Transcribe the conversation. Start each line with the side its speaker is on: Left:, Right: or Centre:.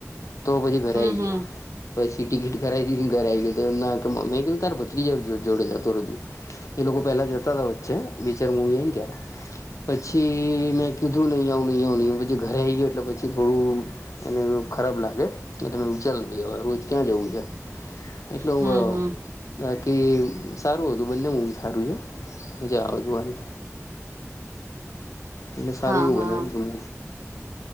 Left: તો પછી ઘરે
Right: હમ
Left: આવી
Right: હમ
Left: ગયો પછી સી ટિકિટ કરાવ હતીીને ઘરે આવી ગયો તો એમના મેં કીધું તાર ભત્રી જોડે જતોું એ લોકો પેલા જતા હતા વચ્ચે બેચાર મવી ત <inaudible> પછી મેં કીધું નહી આવું નહી આવું નહીં આવું પછી ઘરે આવી ગયો એટલે પછી થોડું એને બ ખરાબ લાગે એટલે મેં વિચારું બી હવે રોજ ક્યાં જવું છે. એટલું
Right: હમ
Left: ગ
Right: હમ
Left: બાકી એ સારું હતું બંને હ સારું છે મજા આવે જોવાની એટલે સારું
Right: હા
Left: એવું
Right: હા
Left: બનાયવું છે મુવી